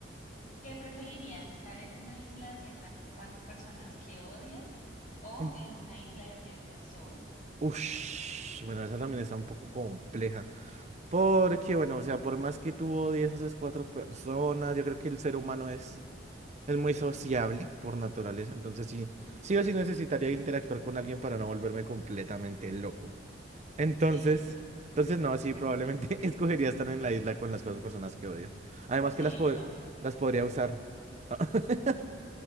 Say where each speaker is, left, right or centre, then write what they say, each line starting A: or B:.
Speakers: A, on the left; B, on the right.
A: ¿Qué preferirías, estar en una isla desierta con cuatro personas que odias o
B: ujú.
A: en una isla desierta solo?
B: Ush, bueno, esa también está un poco compleja. Porque, bueno, o sea, por más que tú odies a esas cuatro personas, yo creo que el ser humano es, es muy sociable por naturaleza, entonces sí, sí o sí necesitaría interactuar con alguien para no volverme completamente loco. Entonces,
A: Sí, sí.
B: entonces no, sí, probablemente <laughs> escogería estar en la isla con las cuatro personas que odio. Además
A: Sí,
B: que las, po-
A: yo también.
B: las podría usar. <laughs>